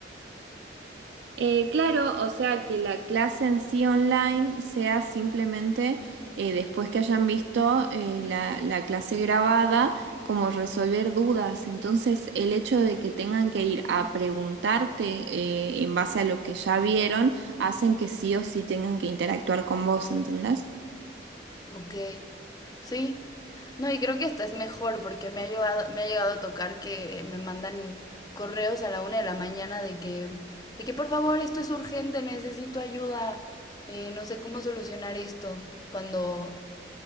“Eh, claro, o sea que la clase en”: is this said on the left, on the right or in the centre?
Right